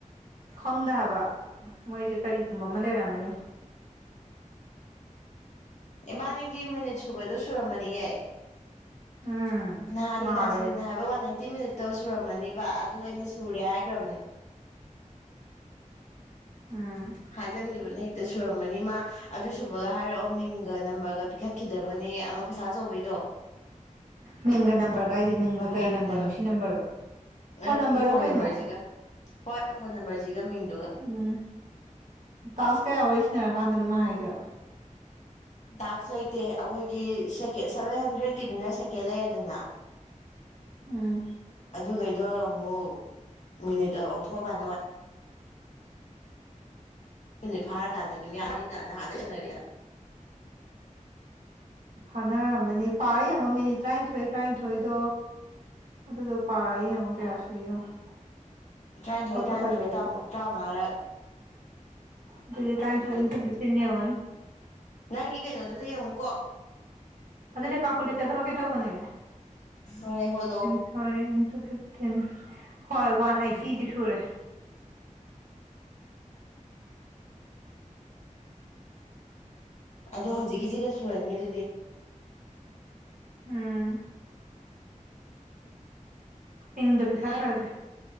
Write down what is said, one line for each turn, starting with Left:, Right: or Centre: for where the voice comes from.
Right: ꯈꯪꯗꯦ ꯍꯥꯏꯕ ꯃꯣꯏꯁꯦ ꯀꯔꯤꯒꯨꯝꯕ ꯑꯃ ꯂꯩꯔꯝꯒꯅꯤ
Left: ꯏꯕꯥꯅꯤꯒꯤ ꯃꯤꯅꯤꯠ ꯁꯨꯕꯗꯣ ꯁꯨꯔꯝꯃꯅꯤ ꯌꯦ
Right: ꯎꯝ
Left: ꯅꯥꯍꯟꯒꯤ
Right: ꯃꯥꯜꯂꯦ
Left: ꯇꯥꯟꯁꯂꯤꯟꯅ ꯍꯥꯏꯕ ꯋꯥꯟꯅꯥꯟ ꯐꯤꯐꯇꯤ ꯃꯤꯅꯤꯠꯇꯣ ꯁꯨꯔꯝꯃꯅꯤꯕ ꯑꯗꯨ ꯑꯩꯅ ꯁꯨꯔꯦ ꯍꯥꯏꯒꯔꯕꯅꯦ
Right: ꯎꯝ
Left: ꯍꯥꯏꯖꯤꯟꯒꯤꯕꯅꯤ ꯍꯦꯛꯇ ꯁꯨꯔꯃꯅꯤ ꯃꯥ ꯑꯗꯨ ꯁꯨꯕꯒ ꯍꯥꯏꯔꯛꯑꯣ ꯃꯤꯡ ꯒ ꯅꯝꯕꯔꯒ ꯄꯤꯈꯠꯈꯤꯗꯕꯅꯦ ꯑꯃ ꯄꯩꯁꯥ ꯑꯆꯧꯕꯩꯗꯣ
Right: ꯃꯤꯡꯒ ꯅꯝꯕꯔꯒ ꯀꯥꯏꯗꯩ ꯃꯤꯡꯒ ꯀꯩ
Left: ꯍꯥꯏꯕꯅꯦꯕ
Right: ꯅꯝꯕꯔꯅꯣ ꯁꯤ ꯅꯝꯕꯔꯔꯣ ꯐꯣꯟ
Left: ꯅꯪꯒꯤ
Right: ꯅꯝꯕꯔꯔꯣ ꯀꯩꯅꯣ
Left: ꯅꯝꯕꯔꯁꯤꯒ ꯍꯣꯏ ꯐꯣꯟ ꯅꯝꯕꯔꯁꯤꯒ ꯃꯤꯡꯗꯨꯒ
Right: ꯎꯝ ꯇꯥꯁꯛ ꯀꯌꯥ ꯋꯥꯔꯤ ꯁꯥꯅꯔꯀꯥꯟꯗꯅꯣ ꯃꯥ ꯍꯥꯏꯁꯦ
Left: ꯇꯥꯛꯁ ꯂꯩꯇꯦ ꯑꯩꯈꯣꯏꯒꯤ ꯁꯦꯚꯦꯟ ꯍꯟꯗ꯭ꯔꯦꯗꯀꯤꯗꯨꯅ ꯁꯦꯀꯦꯟ ꯂꯩꯔꯦꯗꯅ
Right: ꯎꯝ
Left: ꯑꯗꯨꯈꯩꯗꯣ ꯑꯃꯨꯛ ꯃꯤꯅꯤꯠ ꯑꯣꯟꯊꯣꯛꯑꯀꯥꯟꯗ <unintelligible> ꯃꯤꯅꯠ ꯐꯥꯔꯀꯥꯟꯗ ꯑꯗꯨꯝ ꯌꯥꯅꯤꯅ ꯅꯍꯥꯟꯗꯒꯤ ꯁꯥꯟꯅꯔꯛꯏꯁꯦ
Right: ꯐꯥꯟꯅꯔꯝꯃꯅꯦ ꯄꯥꯔ ꯌꯦꯡꯉꯣ ꯃꯤꯅꯤꯠ ꯇꯔꯥꯅꯤꯊꯣꯏ ꯇꯔꯥꯅꯤꯊꯣꯏꯗꯣ ꯑꯗꯨꯗꯣ ꯄꯥꯔ ꯌꯦꯡꯉꯣ ꯀꯌꯥ ꯁꯨꯏ ꯌꯦꯡꯉꯣ
Left: ꯇꯔꯥꯅꯤꯊꯣꯏ
Right: ꯍꯣꯠꯄ
Left: ꯇꯔꯥꯅꯤꯊꯣꯏ
Right: ꯇꯜꯂꯦ ꯑꯩꯖꯨ
Left: ꯇꯔꯥꯃꯉꯥ ꯔꯛ
Right: ꯑꯗꯨꯗꯤ ꯇ꯭ꯔꯥꯏ ꯊꯣꯏ ꯅꯟꯇꯨ ꯐꯤꯐꯇꯤꯟ ꯌꯦꯉꯣꯅꯦ
Left: ꯅꯪꯒꯤ ꯀꯩꯅꯣꯗꯨꯗ ꯌꯦꯡꯉꯨ ꯀꯣꯛ
Right: ꯑꯗꯨꯗꯤ ꯀꯥꯜꯀꯨꯂꯦꯇꯔꯗ ꯍꯣꯠꯀꯦ ꯇꯧꯕꯅꯦ
Left: ꯍꯣꯏ ꯍꯣꯂꯑꯣ
Right: <unintelligible> ꯏꯟꯇꯨ ꯐꯤꯞꯇꯤꯟ ꯍꯣꯏ ꯋꯥꯟ ꯑꯥꯏꯇꯤꯗꯤ ꯁꯨꯔꯦ
Left: ꯑꯗꯣ ꯍꯧꯖꯤꯛꯀꯤꯁꯤꯒ ꯁꯨꯔꯅꯤ ꯑꯗꯨꯗꯤ
Right: ꯎꯝ ꯏꯪꯗ ꯄꯤꯈꯠꯈ꯭ꯔꯁꯦ
Left: ꯑꯦ